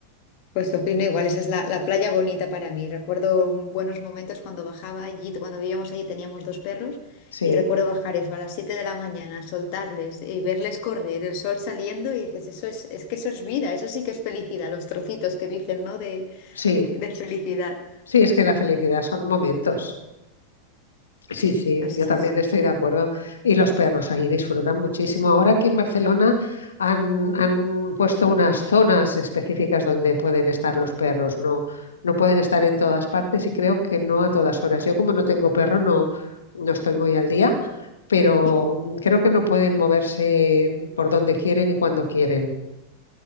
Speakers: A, on the left (about 45°); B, on the left (about 70°).
A: Pues opino igual, esa es la, la playa bonita para mí. Recuerdo buenos momentos cuando bajaba allí, cuando vivíamos allí teníamos dos perros
B: Sí,
A: y recuerdo bajar eso a las 7 de la mañana, soltarles y verles correr, el sol saliendo y dices, eso es, es que eso es vida, eso sí que es felicidad, los trocitos que dicen, ¿no? De,
B: sí,
A: de de felicidad.
B: sí, es que la felicidad son momentos. Sí,
A: Sí,
B: sí,
A: así
B: yo también
A: es.
B: estoy de acuerdo. Y los perros ahí disfrutan muchísimo. Ahora aquí en Barcelona han, han puesto unas zonas específicas donde pueden estar los perros. No, no pueden estar en todas partes y creo que no a todas horas. Yo como no tengo perro no, no estoy muy al día, pero
A: Sí,
B: mm, creo que no pueden moverse por donde quieren y cuando quieren.